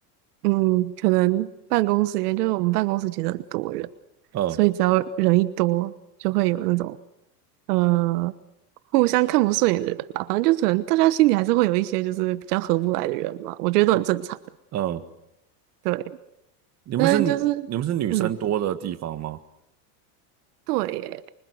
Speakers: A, on the right (about 80°); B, on the right (about 35°).
A: 嗯，可能办公室里面，就是我们办公室其实很多人。
B: 嗯
A: 所以只要人一多，就会有那种呃互相看不顺眼的人吧。反正就可能大家心里还是会有一些就是比较合不来的人嘛，我觉得都很正常。
B: 哦嗯，
A: 对，
B: 你们是你们是女生多的地方吗？
A: 但是就是嗯，对耶，